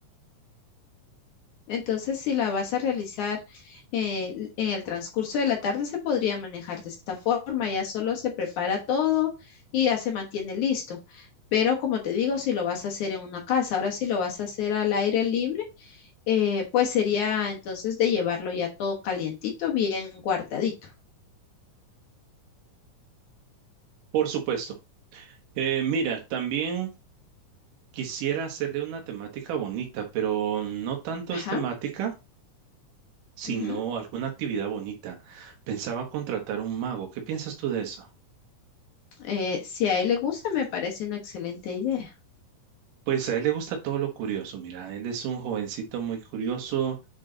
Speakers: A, on the left (about 70°); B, on the right (about 80°).
A: Entonces, si la vas a realizar eh, en el transcurso de la tarde, se podría manejar de esta forma. Ya solo se prepara todo y ya se mantiene listo. Pero como te digo, si lo vas a hacer en una casa, ahora si lo vas a hacer al aire libre, eh, pues sería entonces de llevarlo ya todo calientito, bien guardadito.
B: Por supuesto. Eh, mira, también quisiera hacerle una temática bonita, pero no tanto
A: Ajá.
B: es temática sino
A: ujú.
B: alguna actividad bonita. Pensaba contratar un mago. ¿Qué piensas tú de eso?
A: Eh, si a él le gusta, me parece una excelente idea.
B: Pues a él le gusta todo lo curioso. Mira, él es un jovencito muy curioso,